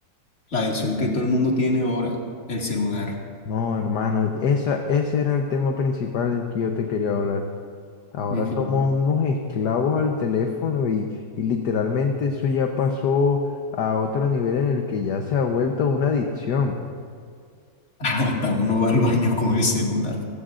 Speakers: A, on the left; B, on the left.
A: la adición que todo el mundo tiene ahora, el celular.
B: No, hermano, esa, ese era el tema principal del que yo te quería hablar. Ahora
A: Ujú.
B: somos unos esclavos al teléfono y, y literalmente eso ya pasó a otro nivel en el que ya se ha vuelto una adicción.
A: <laughs> Hasta uno va al baño con el celular.